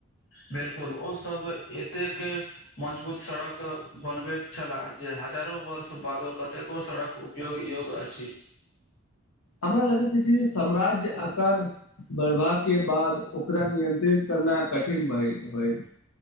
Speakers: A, on the left; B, on the left.
A: बिल्कुल ओ सब एतेक मजबूत सड़क बनबैत छलाह जे हजारो वर्ष बादो कते को सड़क क उपयोग योग अछि
B: हमरा लगैत अछि जे साम्राज्य आकार बढ़बा के बाद ओकरा नियंत्रित करना कठिन भय होयत